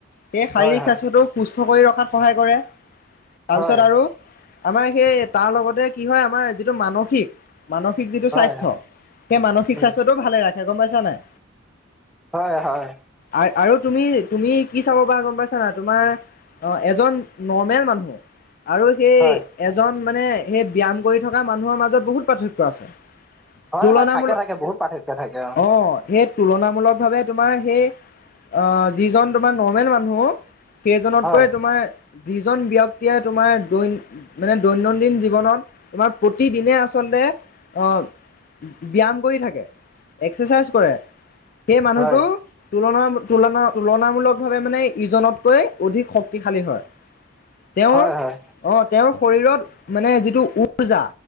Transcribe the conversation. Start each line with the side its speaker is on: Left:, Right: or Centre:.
Left: সেই শাৰীৰিক
Centre: হয়, হয়,
Left: স্বাস্থ্যটো সুস্থ কৰি ৰখাত সহায় কৰে। তাৰপিছত
Centre: হয়,
Left: আৰু আমাৰ সেই তাৰ লগতে কি হয়, আমাৰ যিটো মানসিক মানসিক যিটো
Centre: হয়,
Left: স্বাস্থ্য,
Centre: হয়,
Left: সেই মানসিক
Centre: উম,
Left: স্বাস্থ্যটোও ভালে ৰাখে গম পাইছা নাই।
Centre: হয়, হয়।
Left: আৰ-আৰু তুমি, তুমি কি চাব পাৰা গম পাইছা নাই তোমাৰ অ', এজন নৰ্মেল মানুহ আৰু সেই
Centre: হয়,
Left: এজন মানে সেই ব্যায়াম কৰি থকা মানুহৰ মাজত বহুত পাৰ্থক্য আছে।
Centre: হয়,
Left: তুলনামূলক
Centre: হয়, থাকে থাকে বহুত পাৰ্থক্য থাকে অ,
Left: অ, সেই তুলনামূলক ভাৱে তোমাৰ সেই আহ, যিজন তোমাৰ নৰ্মেল মানুহ, সেইজনতকৈ
Centre: হয়,
Left: তোমাৰ যিজন ব্যক্তিয়, তোমাৰ দৈন মানে দৈনন্দিন জীৱনত, তোমাৰ প্ৰতিদিনে আচলতে আহ ব্যায়াম কৰি থাকে, এক্সাৰচাইজ কৰে, সেই মানুহটো
Centre: হয়,
Left: তুলনা, তুলনা ভাৱে মানে ইজনতকৈ অধিক শক্তিশালী হয়। তেওঁৰ,
Centre: হয়, হয়,
Left: অহ, তেওঁৰ শৰীৰত মানে যিটো উৰ্জা